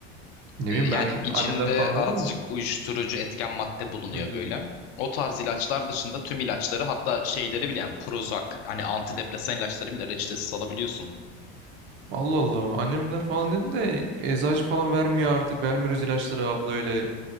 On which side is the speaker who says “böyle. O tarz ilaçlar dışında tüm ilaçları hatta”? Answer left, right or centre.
Left